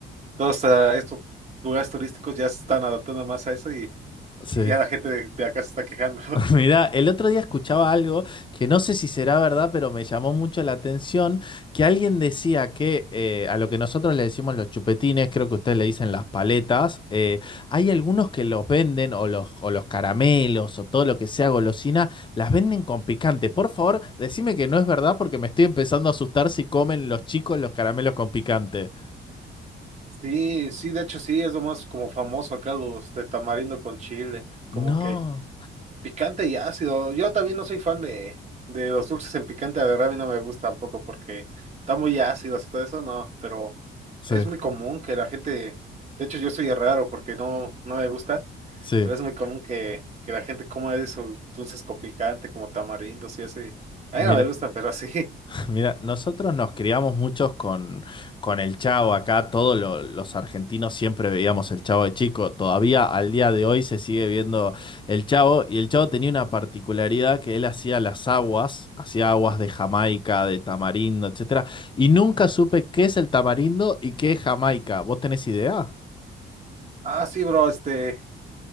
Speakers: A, on the right (about 35°); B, on the left (about 25°).
A: todos ah, estos lugares turísticos ya se están adaptando más a eso y,
B: sí.
A: y ya la gente de de acá se está quejando.
B: <laughs> Mira, el otro día escuchaba algo que no sé si será verdad, pero me llamó mucho la atención, que alguien decía que eh, a lo que nosotros le decimos los chupetines, creo que ustedes le dicen las paletas, eh, hay algunos que los venden o los, o los caramelos o todo lo que sea golosina, las venden con picante. Por favor, decime que no es verdad porque me estoy empezando a asustar si comen los chicos los caramelos con picante.
A: Sí, sí, de hecho sí, es lo más como famoso acá los de tamarindo con chile, como
B: No.
A: que picante y ácido. Yo también no soy fan de, de los dulces en picante, la verdad a mí no me gusta tampoco porque está muy ácido y todo eso, no, pero
B: Sí,
A: es muy común que la gente, de hecho yo soy raro porque no, no me gustan,
B: sí,
A: pero es muy común que, que la gente coma esos dulces con picante como tamarindos y así. A
B: mira.
A: mí no me gustan, pero sí. <laughs>
B: Mira, nosotros nos criamos muchos con, con el Chavo acá, todos lo- los argentinos siempre veíamos el Chavo de chico, todavía al día de hoy se sigue viendo el Chavo y el Chavo tenía una particularidad que él hacía las aguas, hacía aguas de Jamaica, de tamarindo, etcétera, y nunca supe qué es el tamarindo y qué es Jamaica. ¿Vos tenés idea?
A: Ah, sí, bro, este,